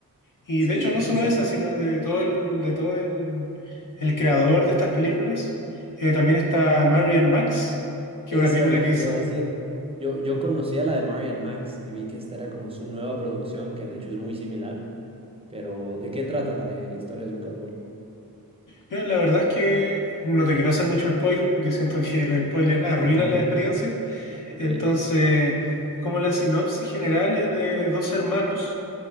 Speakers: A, on the left; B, on the right.
A: Y
B: Sí,
A: de hecho no
B: esa-
A: solo esa, sino de todo el, de todo el, el creador de estas películas. Eh, también está Marian Max, que
B: eso
A: es una película
B: era lo
A: que
B: que
A: hizo...
B: te iba a decir. Yo, yo conocía la de Marian Max y vi que esta era como su nueva producción, que de hecho es muy similar, pero ¿de qué trata la de Historias de un caracol?
A: Pero la verdad es que no te quiero hacer mucho spoiler porque siento que los spoilers arruinan
B: <laughs>
A: la experiencia.
B: Ok.
A: Entonces, como la sinopsis general es de dos hermanos